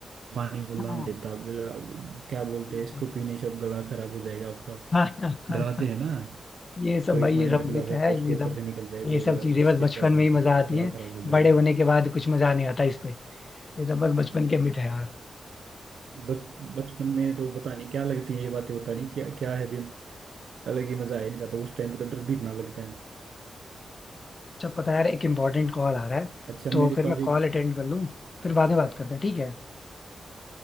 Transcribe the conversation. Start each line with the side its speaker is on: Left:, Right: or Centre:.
Right: पानी को
Left: हाँ
Right: लांग देता बिला- क्या बोलते
Left: exactly.
Right: हैं इसको पीने से अब गला खराब हो जाएगा आपका
Left: हाँ हाँ, हाँ,
Right: डराते
Left: हाँ,
Right: हैं ना
Left: ये सब
Right: कोई
Left: भाई
Right: पानी
Left: ये सब
Right: का गिलास
Left: मिथ
Right: रखा
Left: है
Right: उसके
Left: ये
Right: ऊपर
Left: सब
Right: से निकल जाए
Left: ये
Right: तो
Left: सब चीजें
Right: इससे
Left: बस बचपन
Right: क्या होगा
Left: में ही मजा
Right: कि
Left: आती
Right: बड़ा
Left: है
Right: खराब हो जाएगा
Left: बड़े होने के बाद कुछ मजा नहीं आता इस पे ये सब बस बचपन के मिथ है
Right: बच बचपन में तो पता नहीं क्या लगती है ये बातें पता नहीं क्या क्या है भी अलग ही मजा है इनका तो उस टाइम पे तो डर भी इतना लगता है
Left: अच्छा पता है यार एक इम्पोर्टेंट कॉल आ रहा है
Right: अच्छा
Left: तो
Right: मेरे
Left: फिर
Right: पास
Left: मैं कॉल
Right: एक
Left: अटेंड कर लूँ फिर बाद में बात करते हैं ठीक है